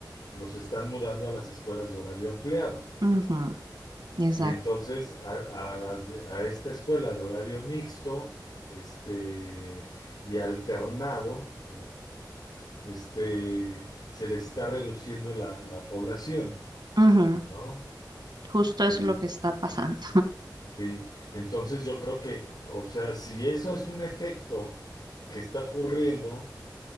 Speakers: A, on the left; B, on the right.
A: los están mudando a las escuelas de horario ampliado.
B: ujú, exacto.
A: Y entonces a, a las de- a esta escuela de horario mixto, este, y alternado, o este, se les está reduciendo la, la población,
B: ujú,
A: ¿no?
B: Justo eso
A: Eh,
B: es lo que está pasando.
A: Sí, entonces yo creo que, o sea, si eso es un efecto que está ocurriendo,